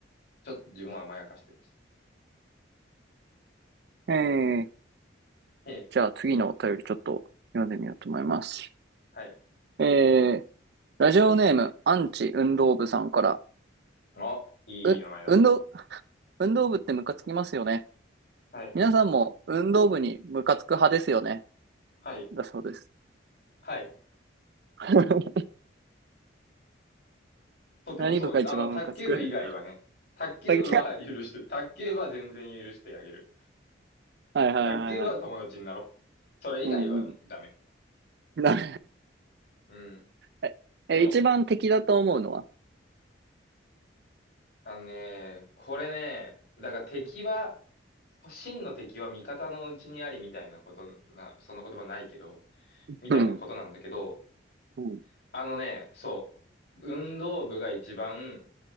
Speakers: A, on the left (about 55°); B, on the right (about 55°).
A: ちょっと自分は甘やかしてました。
B: えー、
A: ええ、
B: じゃあ次のお便りちょっと読んでみようと思います。
A: はい。
B: えーラジオネーム、アンチ運動部さんから、
A: あ、いい名前だ。
B: う、運動、運動部ってムカつきますよね。
A: はい。
B: 皆さんも運動部にムカつく派ですよね。
A: はい。
B: だそうです。
A: はい。
B: <laughs>
A: とてもそうです。
B: 何部が一番ムカつく
A: あの、卓球部以外はね、
B: <laughs>
A: 卓球部は許してる。
B: はい
A: 卓球部は全然許してあげる。
B: はいはいはい。
A: 卓球部は友達になろう。それ以外はダメ。
B: うんうん。な
A: うん。
B: <laughs> え、
A: でも、
B: 一番敵だと思うのは
A: あのね、これね、だから敵は、真の敵は味方のうちにありみたいなことな、そんな言葉ないけど、みたいなことなんだけど、
B: うん、うん、
A: あのね、そう、運動部が一番